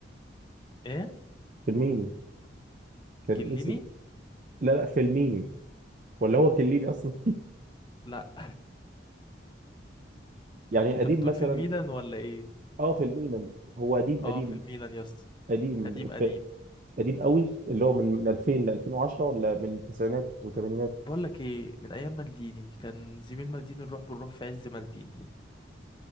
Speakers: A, on the left; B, on the right.
A: ايه
B: فيلميني كان
A: كليني
B: اسم لا لا فيلميني ولا هو كليني اصلا
A: لا
B: <laughs> يعني
A: انت
B: قديم
A: بتقول
B: مثلا
A: في الميلان ولا ايه
B: اه فيلميني هو قديم
A: اه
B: قديم
A: في الميلان يا اسطى
B: قديم
A: قديم
B: ف-
A: قديم
B: قديم قوي اللي هو من من 2000 ل 2010 ولا من التسعينات والثمانينات
A: بقول لك ايه من ايام مالديني كان زميل مالديني نروح بنروح في عز مالديني